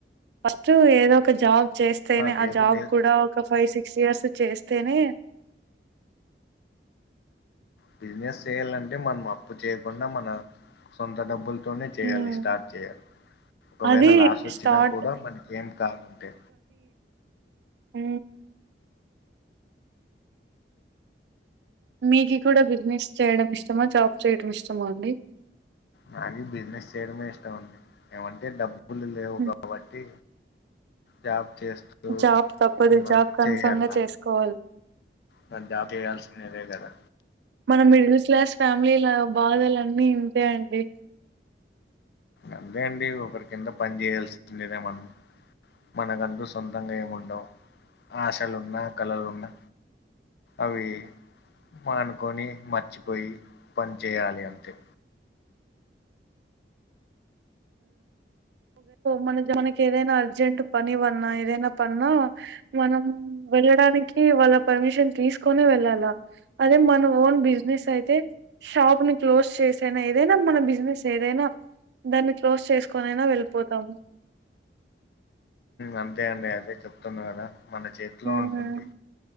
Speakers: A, on the right (about 75°); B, on the left (about 65°).
A: ఫస్ట్ ఏదో ఒక జాబ్ చేస్తేనే
B: లేదు
A: ఆ జాబ్
B: లేదు
A: కూడా ఒక ఫైవ్ సిక్స్ ఇయర్స్ చేస్తేనే
B: బిజినస్ చేయాలంటే మనం అప్పు చేయకుండా మన సొంత డబ్బులతోనే చేయాలి
A: హ్మ్.
B: స్టార్ట్ చేయాలి ఒకవేళ
A: అది
B: లాస్ వచ్చినా
A: స్టార్ట్
B: కూడా మనకి ఏం కాదంటే
A: అ మీకు కూడా బిజినెస్ చేయడం ఇష్టమా జాబ్ చేయడం ఇష్టమా అండి
B: నాకి బిజినెస్ చేయడమే ఇష్టం అండి ఏమంటే డబ్బు లు లేవు
A: హ్మ్.
B: కాబట్టి జాబ్ చేస్తూ
A: జాబ్ తప్పదు
B: ఉన్నా
A: జాబ్ కన్ఫర్మ్
B: చేయాల
A: గా చేసుకోవాలి
B: మరి జాబ్ చేయాల్సిందేదే కదా
A: మనం మిడిల్ క్లాస్ ఫ్యామిలీల బాధలు అన్నీ ఇంతే అండి
B: అంతే అండి ఒకరి కింద పని చేయాల్సిందే మనం మన కంటు సొంతంగా ఏముండవు ఆశలున్నా కళలున్నా అవి మానుకొని మర్చిపోయి పని చేయాలి అంతే
A: మన మనకి ఏదైనా అర్జెంట్ పని పన్నా ఏదైనా పన్నా మనం వెళ్ళడానికి వాళ్ళ పర్మిషన్ తీసుకుని వెళ్ళాలా అదే మన ఓన్ బిజినెస్ అయితే షాప్ ని క్లోజ్ చేసైనా ఏదైనా మన బిజినెస్ ఏదైనా దాన్ని క్లోజ్ చేసుకోనైనా వెళ్ళిపోతాము
B: అంతే అండి అదే చెప్తున్నా కదా మన చేతిలో
A: మ్మ్
B: ఉంటుంది